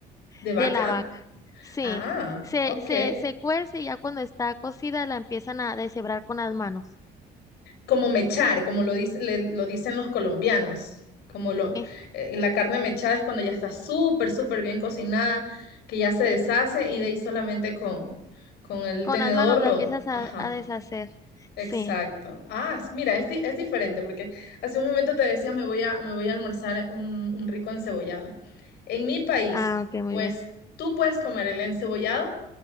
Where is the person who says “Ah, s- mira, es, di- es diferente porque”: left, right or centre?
Left